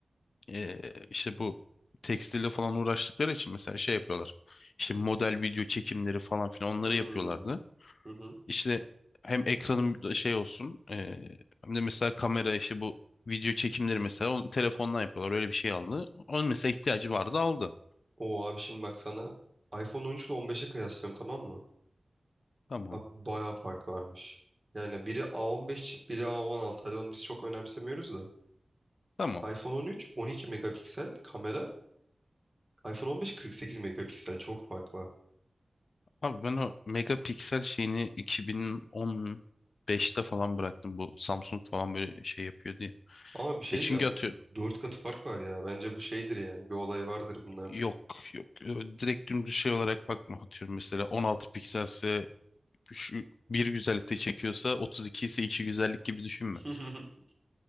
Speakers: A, on the left; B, on the right.
A: e, işte bu tekstille falan uğraştıkları için mesela şey yapıyorlar. İşte model video çekimleri falan filan onları
B: Hmm.
A: yapıyorlardı.
B: Hı hı.
A: İşte hem ekranım da şey olsun eee, hem de mesela kamera işi bu video çekimleri mesela onu telefondan yapıyorlar öyle bir şey aldı. Onun mesela ihtiyacı vardı aldı.
B: Oo abi şimdi bak sana iPhone 13 ile 15'e kıyaslıyorum tamam mı?
A: Tamam.
B: Abi bayağı fark varmış. Yani biri A15 çip, biri A16. Hadi onu biz çok önemsemiyoruz da.
A: Tamam.
B: iPhone 13 12 megapiksel kamera. iPhone 15 48 megapiksel. Çok fark var.
A: Abi ben o megapiksel şeyini 2015'te falan bıraktım. Bu Samsung falan böyle şey yapıyor diye.
B: Ama bir şey
A: E çünkü
B: diyeceğim.
A: atıyorum
B: dört katı fark var ya. Bence bu şeydir yani. Bir olay vardır bunun artık.
A: yok yok e, direkt dümdüz şey olarak bakma atıyorum mesela 16 pikselse şu bir güzellikte çekiyorsa 32 ise iki güzellik gibi düşünme.
B: <laughs>